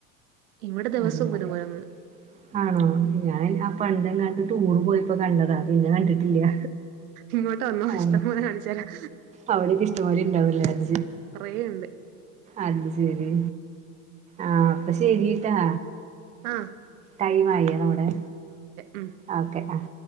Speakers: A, on the right; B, on the right.
A: ഇവിടെ ദിവസം
B: അങ്ങനെ
A: വരും കൊരങ്ങ്
B: ആണോ ഞാൻ ആഹ് പണ്ടത്തെ എങ്ങാട്ട് ടൂർ പോയിപ്പോ കണ്ടതാ പിന്നെ കണ്ടിട്ടില്ല
A: ഇങ്ങോട്ട് വന്നോ
B: ആഹ്
A: ഇഷ്ടംപോലെ കാണിച്ചു തരാം
B: അവവിടെേക്ക ഇഷ്ടമാല ഇണ്ടാവലേ അത്
A: കൊറെണ്ട്-
B: അത് ശെരി ആഹ് അപ്പൊ ശരിട്ടാ.
A: ആഹ്
B: ടൈം ആയി നമ്മടെ
A: ഉം
B: ഓക്കെ ആഹ്